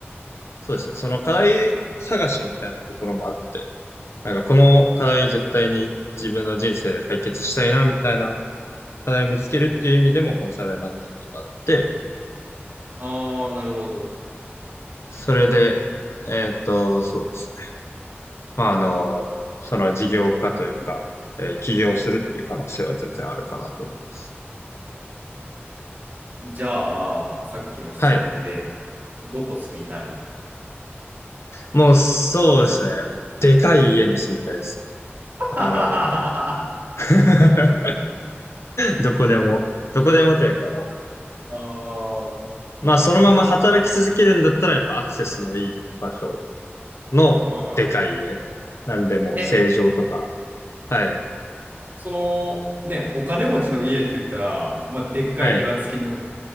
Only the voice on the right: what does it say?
ああ、なるほど。
じゃあ、さっきの質問で、
どこ住みたい
<laughs> あ
あ、
今は。
え、
その、ね、お金持ちの家って言ったら、まあ、でっかい庭付きの